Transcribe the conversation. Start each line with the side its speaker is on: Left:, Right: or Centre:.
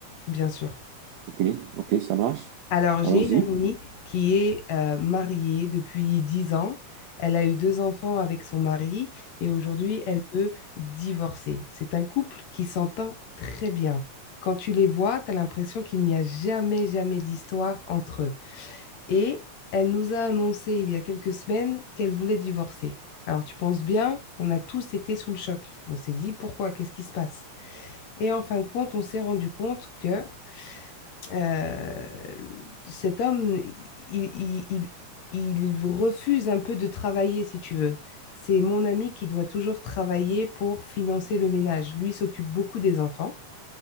Left: bien sûr.
Right: ok, ok, ça marche.
Left: Alors
Right: Allons-y.
Left: j'ai une amie qui est euh, mariée depuis 10 ans. Elle a eu deux enfants avec son mari et aujourd'hui elle veut divorcer. C'est un couple qui s'entend très bien. Quand tu les vois, tu as l'impression qu'il n'y a jamais, jamais d'histoire entre eux. Et elle nous a annoncé il y a quelques semaines qu'elle voulait divorcer. Alors tu penses bien, on a tous été sous le choc. On s'est dit pourquoi, qu'est-ce qui se passe? Et en fin de compte, on s'est rendu compte que euh, cet homme, il, il- il- refuse un peu de travailler, si tu veux. C'est mon ami qui doit toujours travailler pour financer le ménage. Lui s'occupe beaucoup des enfants.